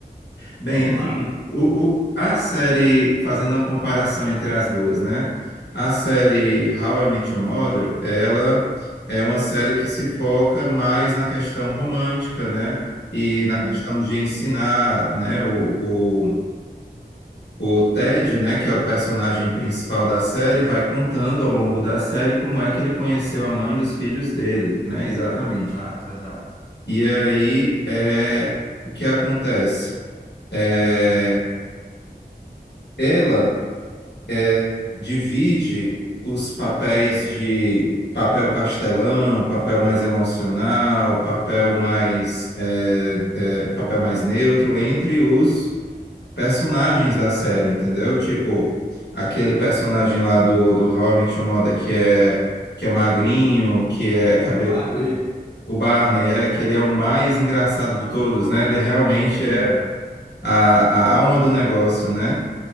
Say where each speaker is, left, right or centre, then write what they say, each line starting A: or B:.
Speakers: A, on the left (about 85°); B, on the left (about 65°).
A: Bem,
B: vamos
A: assim,
B: lá.
A: o, o- a série, fazendo uma comparação entre as duas, né? A série How I Met Your Mother, ela é uma série que se foca mais na questão romântica, né? E
B: Uhum,
A: na questão de ensinar, né? O, o, o Ted, né? Que é o personagem principal da série, vai contando ao longo da série como é que ele conheceu a mãe dos filhos dele, né? Exatamente.
B: Exato, exato.
A: E aí, é, o que acontece? É, ela é, divide os papéis de papel pastelão, papel mais emocional, papel mais é, é, papel mais neutro entre os personagens da série, entendeu? Tipo, aquele personagem lá do, do How I Met Your Mother que é, que é magrinho, que é cabelo
B: O Barney,
A: curto. O Barney é que ele é o mais engraçado de todos, né? Ele realmente
B: sim.
A: é a, a alma do negócio, né?